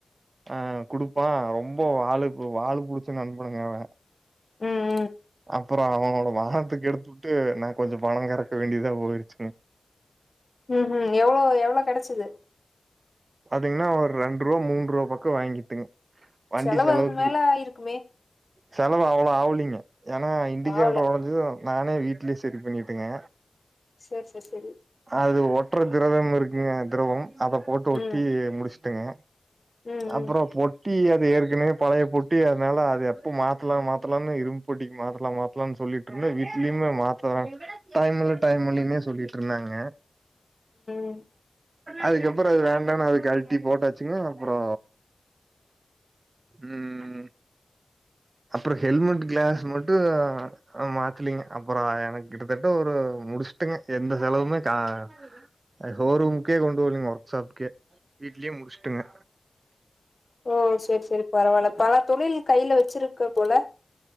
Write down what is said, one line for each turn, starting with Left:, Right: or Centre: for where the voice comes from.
Right: ஆ குடுப்பா ரொம்ப வாலு வாலு புடுச்ச நண்பணுங்க அவ
Left: ம்
Right: அப்பற அவனோட வானத்த கெடுத்துட்டு நா கொஞ்ச பண கறக்க வேண்டியதா போயிருச்சுங்க
Left: ம் ம் எவ்ளோ எவ்ளோ கெடச்சிது
Right: பாத்தீங்னா ஒரு ரெண்டு ரூவா மூண் ரூவா பக்க வாங்கிட்டுங் வண்டி
Left: செலவு
Right: செலவுக்கு
Left: அதுக்கு மேல ஆயிருக்குமே
Right: செலவு அவ்ள ஆவலிங்க ஏனா இண்டிகேட்டர்
Left: ஆவல
Right: ஒடஞ்சது நானே வீட்லயே சரி பண்ணிட்டேங்க
Left: சரி சரி சரி
Right: அது ஒட்டுற திரவம் இருக்குங்க திரவம் அத போட்டு ஒட்
Left: ம்
Right: டி முடிச்சுட்டங்க
Left: ம்
Right: அப்புற
Left: ம் ம்
Right: போட் டி அது ஏற்கனவே பழைய பொட்டி அதனால அது எப்போ மாத்தலா மாத்தலான் இரும் பொட்டிக்கு மாத்தலான் மாத்தலான் சொல்லிட் இருந்த வீட்லயுமே மாத்ததா டைம்ல டைம்லேனே சொல்லிட்டு இருந்தாங்க
Left: ம்
Right: அதுக்கப்புற அது வேண் டான்ணு அது கழட்டி போட்டாச்சுங்க அப்புறோ ம் அப்புற ஹெல்மெட் கிளாஸ் மட்டு மாத்தலீங்க அப்புற எனக் கிட்டத்தட்ட ஒரு முடிச்சுட்டுங்க எந்த செலவுமே கா அ ஹோரூமுக்கே கொண்டு போலீங்க ஒர்க் ஷாப்கே வீட்லயே முடிச்ட்டங்க
Left: ஓ சரி சரி பரவால்ல பல தொழில் கையில வச்சிருக்கு போல